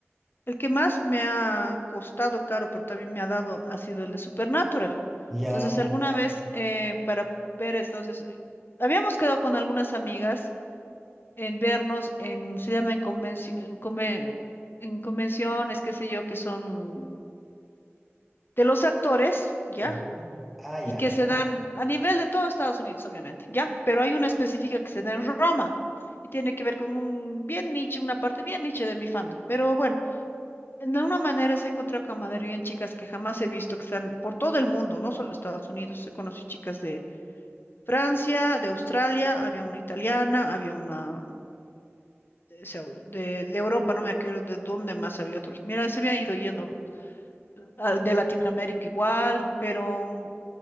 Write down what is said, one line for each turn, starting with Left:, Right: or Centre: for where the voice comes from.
Left: El que más me ha costado caro, pero también me ha dado, ha sido el de Supernatural.
Centre: ya.
Left: Entonces, alguna Ujú. vez, eh, para ver, entonces, eh, habíamos quedado con algunas amigas en vernos en, se llama en convenci- en conven- en convenciones, qué sé yo, que son de los actores, ¿ya?
Centre: ujú, Ah, ya.
Left: y que se dan a nivel de todo Estados Unidos, obviamente, ¿ya? Pero hay una específica que se da en Roma y tiene que ver con un bien niche, una parte bien niche de mi fandom. Pero bueno, de alguna manera se ha encontrado camaradería en chicas que jamás he visto, que están por todo el mundo, no solo Estados Unidos. He conocido chicas de Francia, de Australia, había una italiana, había una... De, Seu- de- de Europa, no me acuerdo de dónde más había otros. Mira, se me ha ido yendo al- de Latinoamérica igual, pero mm,